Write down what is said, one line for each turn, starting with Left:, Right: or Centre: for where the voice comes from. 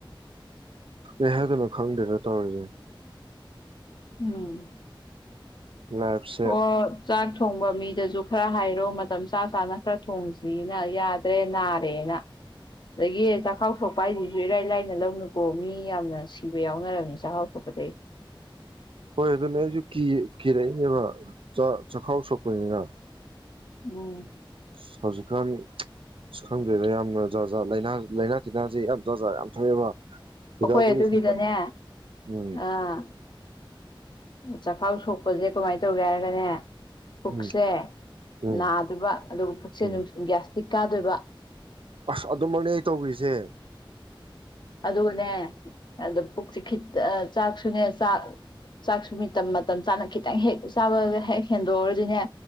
Right: ꯑꯦꯍꯦꯗꯅ ꯈꯪꯗꯦꯔ ꯇꯧꯔꯁ
Left: ꯎꯝ
Right: ꯂꯥꯏꯐꯁꯦ
Left: ꯑꯣ ꯆꯥꯛ ꯊꯣꯡꯕ ꯃꯤꯗꯁꯨ ꯈꯔ ꯍꯥꯏꯔꯣ ꯃꯇꯝ ꯆꯥ ꯆꯥꯅ ꯈꯔ ꯊꯣꯡꯁꯤꯅ ꯌꯥꯗ꯭ꯔꯦ ꯅꯥꯔꯦꯅ ꯑꯗꯒꯤ ꯆꯈꯥꯎꯊꯣꯛꯄ ꯍꯥꯏꯁꯤꯁꯨ ꯏꯔꯥꯏ ꯂꯥꯏꯅ ꯂꯧꯅꯨꯀꯣ ꯃꯤ ꯌꯥꯝꯅ ꯁꯤꯕ ꯌꯥꯎꯅꯔꯝꯃꯦ ꯆꯈꯥꯎꯊꯣꯛꯄꯗꯒꯤ
Right: ꯍꯣꯏ ꯑꯗꯨꯅꯦ ꯑꯩꯁꯨ ꯀꯤꯔꯛꯏꯅꯦꯕ ꯆꯈꯥꯎ ꯁꯣꯛꯄꯅꯤꯅ
Left: ꯎꯝ
Right: ꯁꯥꯎꯖꯤꯈꯪ ꯁꯤꯈꯪꯒꯦ ꯖ ꯂꯩ ꯂꯩꯅꯥ ꯇꯤꯅꯥꯁꯤ ꯌꯥꯝ ꯆꯥꯖ ꯌꯥꯝ ꯊꯣꯛꯑꯦꯕ ꯍꯤꯗꯥꯛ
Left: ꯑꯩꯈꯣꯏ
Right: ꯒꯨꯂꯤꯁꯤ
Left: ꯑꯗꯨꯒꯤꯗꯅꯦ
Right: ꯎꯝ
Left: ꯑꯥ ꯆꯈꯥꯎ ꯁꯣꯛꯄꯁꯦ ꯀꯃꯥꯏꯅ ꯇꯧꯒꯦ ꯍꯥꯏꯔꯒꯅꯦ ꯄꯨꯛꯁꯦ
Right: ꯎꯝ ꯎꯝ
Left: ꯅꯥꯗꯕ ꯑꯗꯨꯒ ꯄꯨꯛꯁꯦ
Right: ꯎꯝ
Left: ꯅꯨꯡ ꯒ꯭ꯌꯥꯁ ꯀꯥꯗꯣꯏꯕ
Right: ꯑꯁ ꯑꯗꯨꯃꯛꯅꯦ ꯑꯩ ꯇꯧꯒꯔꯤꯖꯦ
Left: ꯑꯗꯨꯒꯅꯦ ꯑꯗ ꯄꯨꯛꯁꯤ ꯈꯤꯇ ꯆꯥꯛꯁꯨꯅꯦ ꯆꯥꯛ ꯆꯥꯛꯁꯨ ꯃꯤꯇꯝ ꯃꯇꯝ ꯆꯥꯅ ꯈꯤꯇꯪ ꯍꯦꯛ ꯆꯥꯕꯖꯦ ꯍꯦꯛ ꯍꯦꯟꯗꯣꯛꯎꯔꯗꯤꯅꯦ